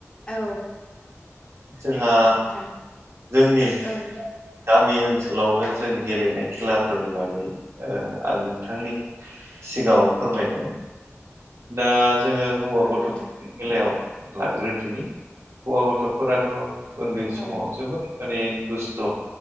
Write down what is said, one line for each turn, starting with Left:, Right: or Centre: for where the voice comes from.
Left: औ।
Right: जोंहा
Left: नोंथां
Right: जोंनि
Left: औ
Right: गामि ओनसोलावनो जों गेलेनाय खेलाफोरनि बागै आं नोंथांनि सिगां फोरमायगोन। दा जोङो हौवा
Left: औ
Right: गथ'
Left: नोंथां
Right: बेलायाव लाग्रोदिनि हौवा गथ'फोराथ' उन्दै समाव
Left: औ
Right: जोबोद माने दुस्थ'